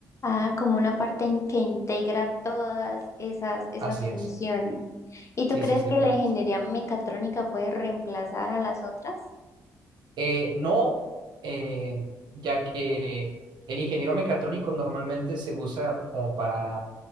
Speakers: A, on the left; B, on the right.
A: Ah, como una parte en que integra todas esas, esas
B: Así
A: funciones.
B: es.
A: ¿Y tú
B: Sí,
A: crees
B: sí, sí,
A: que
B: claro
A: la ingeniería
B: que sí.
A: mecatrónica puede reemplazar a las otras?
B: Eh, no, eh, ya que el ingeniero mecatrónico normalmente se usa como para